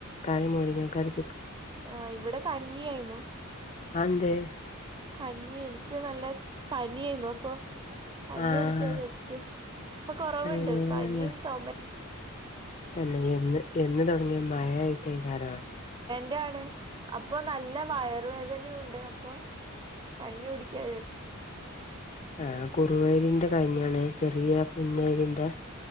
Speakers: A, on the left; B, on the right.
A: കാറി മരിങ്ങക്കറി
B: ആ ഇവിടെ കഞ്ഞിയാന്നു.
A: അതെന്തേ
B: കഞ്ഞി എനിക്ക് നല്ല പനായിരുന്നു. അപ്പൊ കഞ്ഞി
A: ആഹ്
B: കുടിക്ക ജസ്റ്റ് ഇപ്പൊ കൊറവ്ണ്ട്.
A: അങ്ങനെ
B: പനിയും ചൊമ
A: തന്നെ എന്ന് എന്ന് തുടങ്ങിയ മഴായിട്ട് ആയ്കാരം
B: ക്കാണ് അപ്പൊ നല്ല വയറുവേദനുണ്ട് അപ്പൊ കഞ്ഞി കുടിക്കാ വിചാര്ച്ച്
A: ആ കുറുവയീരിൻറ കഞ്ഞിയാണ് ചെറിയ കുഞ്ഞരിന്റെ